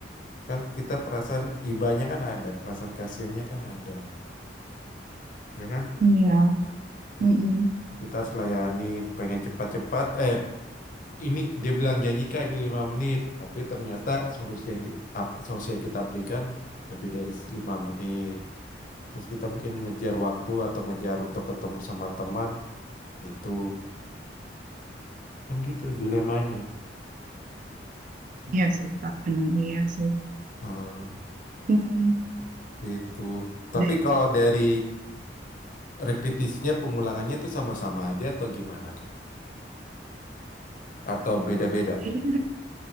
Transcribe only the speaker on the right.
Iya,
mm-mm.
Iya sih, Kak. Emang iya sih.
Hmm.
Deh,
kayaknya,